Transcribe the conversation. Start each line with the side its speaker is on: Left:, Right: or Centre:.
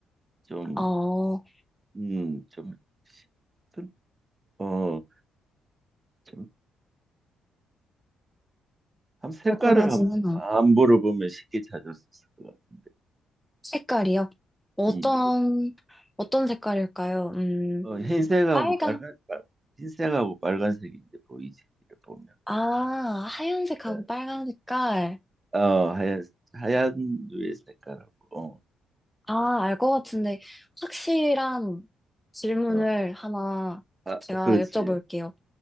Right: 좀,
Centre: 어,
Right: 음, 좀 튼 어, 좀, 한 색깔을
Centre: 달콤하지는
Right: 한,
Centre: 않고.
Right: 안 물어보면 쉽게 찾을 수 있을 것 같은데.
Centre: 색깔이요? 어떤,
Right: 음, 물어-
Centre: 어떤 색깔일까요? 음,
Right: 어, 흰색하고
Centre: 빨강?
Right: 빨간, 빨, 흰색하고 빨간색이 이제 보이지, 이렇게 보면.
Centre: 아, 하얀색하고
Right: 네.
Centre: 빨간 색깔.
Right: 어, 하얀, 하얀 류의 색깔하고,
Centre: 아, 알 것 같은데, 확실한 질문을
Right: 어, 어,
Centre: 하나
Right: 아,
Centre: 제가
Right: 그렇지.
Centre: 여쭤볼게요.